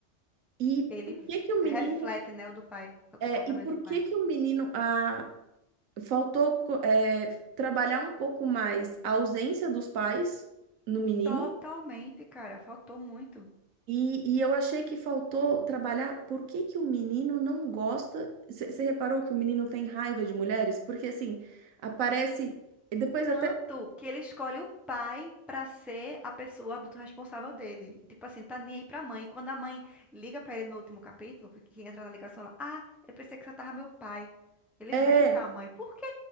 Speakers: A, on the right (about 90°); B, in the centre.
A: E
B: ele
A: por que que o
B: reflete,
A: menino
B: né, o do pai, o
A: É,
B: comportamento
A: e por
B: do pai.
A: que que o menino ah, faltou co- é, trabalhar um pouco mais a ausência dos pais no menino?
B: Totalmente, cara, faltou muito.
A: E, e eu achei que faltou trabalhar por que que o menino não gosta. Você reparou que o menino tem raiva de mulheres? Porque assim, aparece. E depois
B: Tanto
A: até.
B: que ele escolhe o pai pra ser a pessoa, o adulto responsável dele. Tipo assim, tá nem aí pra mãe. Quando a mãe liga pra ele no último capítulo, que que entra na ligação, ela, ah, eu pensei que você tava meu pai. Ele evita
A: É,
B: a mãe. Por quê?